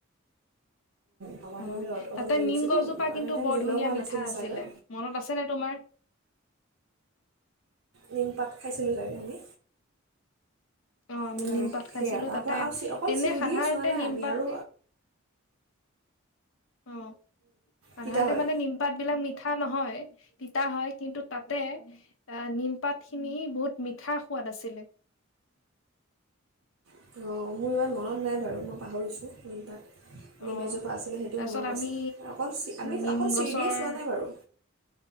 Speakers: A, on the right (about 85°); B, on the left (about 70°).
A: সমাধিলৈ
B: হয়
A: অ'টো
B: তাতে
A: লৈ গৈছিলোঁ
B: নিম -গছজোপা
A: মানে
B: কিন্তু
A: তেওঁ
B: বৰ
A: জ্বলাও
B: ধুনীয়া
A: হোৱা নাছিল
B: মিঠা আছিলে
A: চাগৈ
B: মনত আছে নে তোমাৰ?
A: নিমপাত খাইছিলোঁ ছাগে আমি।
B: অহ ', আমি
A: মানে
B: নিমপাত খাইছিলো
A: সেয়া তাৰপৰা
B: তাতে
A: আৰু চি অকল
B: এনে
A: চিৰিডিয়ে
B: সাধাৰণতে
A: চোৱা নাই
B: নিমপাত,
A: আমি আৰু
B: অ', সাধাৰণতে
A: তিতা হয়
B: মানে নিমপাত বিলাক মিঠ, মিঠা নহয় তিতা হয় কিন্তু তাতে নিমপাত খিনি বহুত মিঠা- সোৱাদ আছিলে।
A: অ', মোৰ ইমান মনত নাই বাৰু মই পাহৰিছোঁ নিমপাত।
B: অ
A: নিমেজোপা আছিলে সেইটো
B: তাৰপিছত
A: মনত
B: আমি
A: আছে অকল চি, আমি
B: নিম
A: অকল শ্ৰীদিয়ে
B: গছৰ
A: চোৱা নাই বাৰু